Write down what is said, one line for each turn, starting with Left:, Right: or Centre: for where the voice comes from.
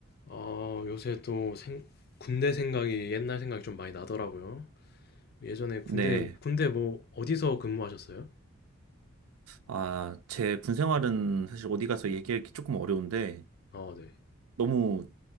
Left: 어, 요새 또 생, 군대 생각이 옛날 생각이 좀 많이 나더라고요. 예전에 군대,
Right: 네.
Left: 군대 뭐 어디서 근무하셨어요?
Right: 아, 제 군 생활은 사실 어디 가서 얘기하기 조금 어려운데,
Left: 어, 네.
Right: 너무